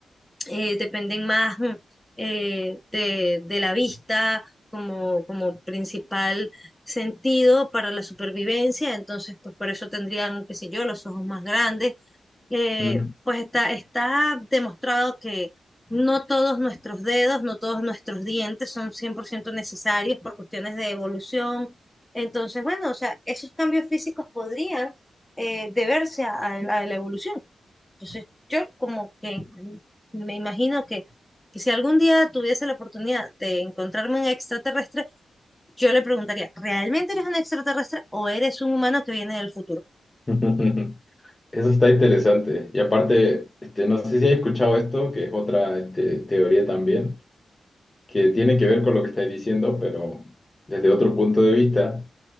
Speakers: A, in the centre; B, on the left.
A: eh, dependen más mm, eh, de, de la vista como, como principal sentido para la supervivencia, entonces pues por eso tendrían, qué sé yo, los ojos más grandes. Eh,
B: Mm.
A: pues está, está demostrado que no todos nuestros dedos, no todos nuestros dientes son 100% necesarios por cuestiones de evolución. Entonces, bueno, o sea, esos cambios físicos podrían eh, deberse a a- a la evolución. Entonces, yo como que me imagino que, que si algún día tuviese la oportunidad de encontrarme un extraterrestre, yo le preguntaría, ¿realmente eres un extraterrestre o eres un humano que viene del futuro?
B: <laughs> Eso está interesante. Y aparte, este, no sé si has escuchado esto, que es otra este, teoría también, que tiene que ver con lo que estáis diciendo, pero desde otro punto de vista,